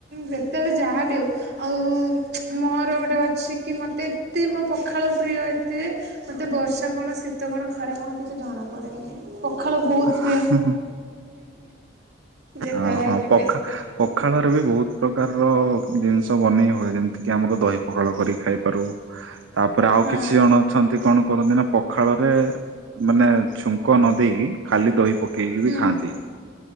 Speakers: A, on the right (about 55°); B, on the right (about 75°).
A: ଯେତେବେଳେ ଯାହାବ ଆଉ ଆଉ ମୋର ଗୋଟେ ଅଛି କି ମୋତେ ଏତେ ମୋ ପଖାଳ ପ୍ରିୟ ତେ ମତେ ବର୍ଷା କଣ ଶୀତ କଣ ଖରା କଣ କିଛି ଜଣା ପଡ଼େନି ପଖାଳ ବୋହୁତ
B: ଉଁ ହୁଁ
A: ଯେତେବେଳେ
B: ହୁଁ ହୁଁ
A: ହେଲେ
B: ପଖା
A: ବି
B: ପଖାଳ ର ବି ବୋହୁତ ପ୍ରକାର ଜିନିଷ ବନେଇ ହୁଏ ଯେମିତି କି ଆମର ଦହି ପଖାଳ କରି ଖାଇପାରୁ। ତାପରେ ଆଉ
A: ହଁ
B: କିଛି ଜଣ ଅଛନ୍ତି କଣ କରନ୍ତିିନା ପଖାଳରେ ମାନେ ଛୁଙ୍କ ନ ଦେଇେଇକି ଖାଲି ଦହି ପକେଇକି ବି
A: ହୁଁ
B: ଖାଆନ୍ତି